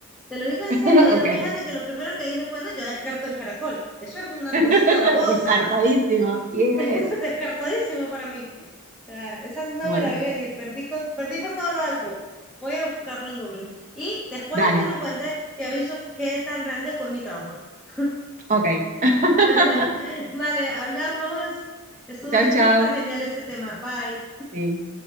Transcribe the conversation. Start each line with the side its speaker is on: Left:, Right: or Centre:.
Centre: Te lo digo en
Right: <laughs>
Centre: serio, o sea,
Right: Ok.
Centre: fíjate que lo primero que dije fue, no, yo descarto el caracol. Eso es una
Right: <laughs>
Centre: cosita babosa.
Right: Descartadísimo. Y era
Centre: <laughs>
Right: eso.
Centre: Descartadísimo para mí. O sea, esa no
Right: Bueno,
Centre: me la vi venir, perdí, con, perdí por todo lo alto. Voy a buscarlo en Google. Y después
Right: dale.
Centre: de que lo encuentre, te aviso qué tan grande fue mi trauma. <laughs>
Right: Ok. <laughs>
Centre: Bueno, vale, hablamos. Estuvo
Right: Chau,
Centre: súper
Right: chau.
Centre: genial este tema. Bye.
Right: Sí.